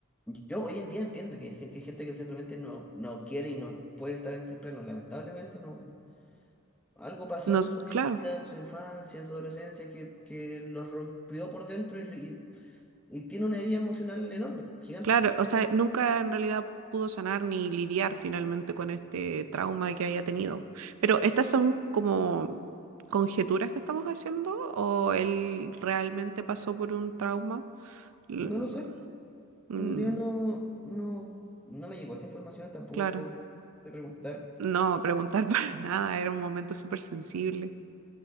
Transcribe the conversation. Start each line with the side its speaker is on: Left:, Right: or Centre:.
Centre: Yo hoy en día entiendo que dicen que hay gente que simplemente no, no quiere y no puede estar en este plano. Lamentablemente no. Algo pasó
Right: no, s-
Centre: en su vida,
Right: claro.
Centre: en su infancia, en su adolescencia, que, que los rompió por dentro y, y y tiene una herida emocional enorme, gigante.
Right: Claro, o sea, nunca en realidad pudo sanar ni lidiar finalmente con este trauma que haya tenido. Pero estas son como conjeturas que estamos haciendo o él realmente pasó por un trauma. L-
Centre: No lo sé.
Right: mm,
Centre: Bueno, En realidad no, no, no me llegó esa información tampoco
Right: claro,
Centre: de preguntar.
Right: no preguntar <laughs> para nada, era un momento súper sensible,